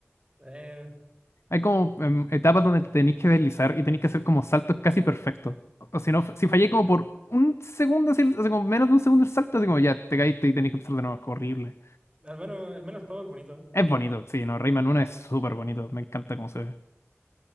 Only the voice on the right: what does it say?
Eh,
al menos, al menos el juego es bonito.